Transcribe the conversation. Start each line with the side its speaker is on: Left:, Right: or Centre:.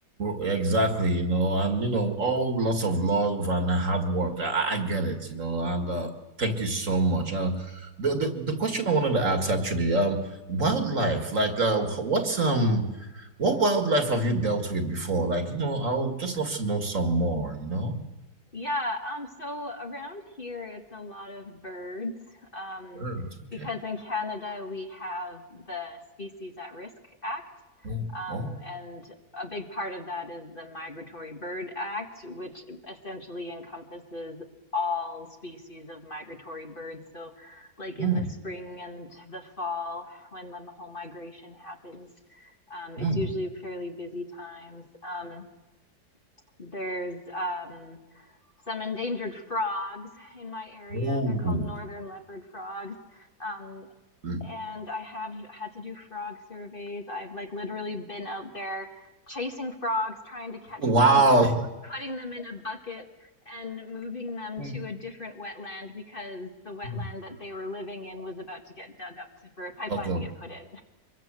Right: exactly, you know, and you know, all lots of love and hard work. I, I I get it, you know, and uh, thank you so much. Uh, the, the the question I wanted to ask actually, um, wildlife, like, uh, what's um, what wildlife have you dealt with before? Like, you know, I'll just love to know some more. You know,
Left: Yeah, um, so around here it's a lot of birds, um,
Right: birds. Okay.
Left: because in Canada we have the Species at Risk Act,
Right: Oh,
Left: um,
Right: oh,
Left: and a big part of that is the Migratory Bird Act, which essentially encompasses all species of migratory birds. So, like in
Right: mm,
Left: the spring and the fall, when the whole migration happens, um,
Right: mm,
Left: it's usually fairly busy times. Um, there's um, some endangered frogs in my area.
Right: oh,
Left: They're called northern leopard frogs. Um,
Right: mm.
Left: and I have had to do frog surveys. I've like literally been out there chasing frogs, trying to catch
Right: wow.
Left: frogs, putting them in a bucket and moving them
Right: Mm,
Left: to a different wetland because the wetland
Right: mm.
Left: that they were living in was about to get dug up to, for a pipeline
Right: Okay,
Left: to get put in.